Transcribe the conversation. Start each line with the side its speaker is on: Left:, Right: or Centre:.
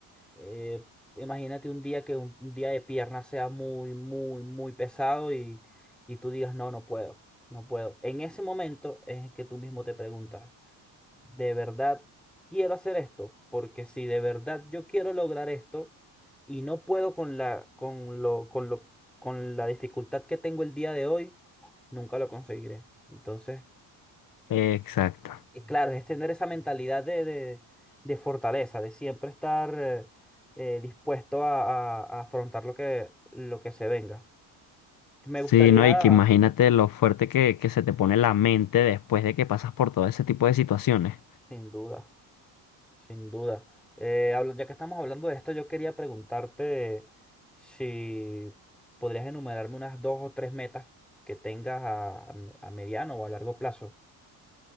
Centre: eh, imagínate un día que un, un día de pierna sea muy, muy, muy pesado y, y tú digas, no, no puedo, no puedo. En ese momento es que tú mismo te preguntas, ¿de verdad quiero hacer esto? Porque si de verdad yo quiero lograr esto y no puedo con la, con lo, con lo, con la dificultad que tengo el día de hoy, nunca lo conseguiré. Entonces...
Left: Exacto.
Centre: Y claro, es tener esa mentalidad de, de- de fortaleza, de siempre estar eh, eh, dispuesto a, a- a afrontar lo que, lo que se venga. Me
Left: Sí,
Centre: gustaría,
Left: no, y que imagínate lo fuerte que, que se te pone la mente después de que pasas por todo ese tipo de situaciones.
Centre: sin duda, sin duda, eh, habla- ya que estamos hablando de esto, yo quería preguntarte si podrías enumerarme unas dos o tres metas que tengas a, a a mediano o a largo plazo.